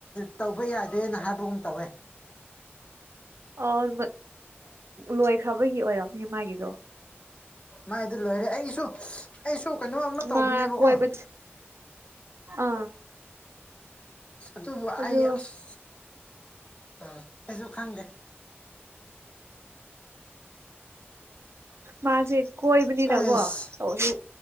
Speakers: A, on the left (about 25°); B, on the right (about 75°).
A: ꯇꯧꯕ ꯌꯥꯗꯦꯅ ꯍꯥꯏꯕꯒꯨꯝ ꯇꯧꯋꯦ
B: ꯑꯣ ꯂꯣꯏꯈ꯭ꯔꯕꯒꯤ ꯑꯣꯏꯔꯝ ꯃꯤ ꯃꯥꯒꯤꯗꯣ
A: ꯃꯥꯏꯗꯨ ꯂꯣꯏꯔꯦ ꯑꯩꯁꯨ ꯑꯩꯁꯨ ꯀꯩꯅꯣ ꯑꯃ ꯇꯧꯕꯅꯦꯕꯀꯣ
B: ꯃꯥ ꯀꯣꯏꯕ ꯑꯥ
A: ꯑꯁ ꯑꯗꯨꯕꯨ
B: ꯑꯗꯨ
A: ꯑꯩ ꯑꯁ ꯑ ꯑꯩꯁꯨ ꯈꯪꯗꯦ
B: ꯃꯥꯁꯦ ꯀꯣꯏꯕꯅꯤꯅꯀꯣ
A: ꯑꯩꯁ
B: ꯇꯁꯨ